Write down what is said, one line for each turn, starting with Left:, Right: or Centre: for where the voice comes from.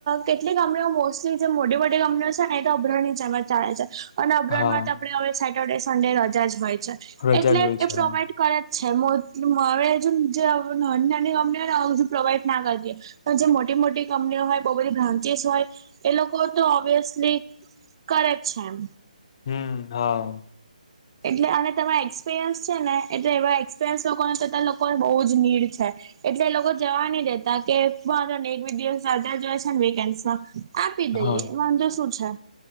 Right: કેટલીક કંપનીઓ મોસ્ટલી જે મોટી મોટી કંપનીઓ છે. ને- અભરણ જેમજ ચાલે છે અને અભરણ
Left: હા
Right: માં તો આપણે હવે સેટરડે સન્ડે રજા જ હોય છે.
Left: રજા
Right: એટલે
Left: જ હોય
Right: એ
Left: છે
Right: પ્રોવાઈડ-
Left: હા
Right: કર જ છે હવેજુ જે નાની નાની અમનેધું પ્રોવાઈડ- ના કરીએ પણ જે મોટી મોટી કંપનીઓ હોય બહુ બધી બ્રાન્ચિસ હોય- એ લોકો તો ઓબ્વિયસલી કરે છે એમ.
Left: હમ હાવ.
Right: એટલે અને તમારા એક્સપિરિયન્સ છે ને એટલે એવા એક્સપિરિયન્સ લોકોને કરતા લોકોને બહુ જ નીડ છે. એટલે એ લોકો જવા ન દેતા કે વાંધો ન‌ઇ એક દિવસ <inaudible> સાથે જાય છે વિકેશમાં આપી દઈએ
Left: હા
Right: વાંધો શું છે.